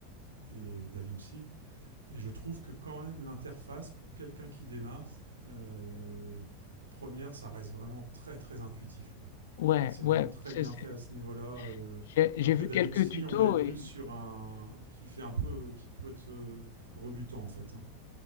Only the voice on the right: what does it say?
et DaVinci. Et je trouve que quand même l'interface, pour quelqu'un qui démarre, euh, première, ça reste vraiment très, très intuitif. Quoi.
C'est vraiment
très
bien
fait à ce niveau-là. euh,
alors
que
Da
Vinci,
on est plus
sur un qui fait un peu, qui peut être euh, rebutant en fait. hein.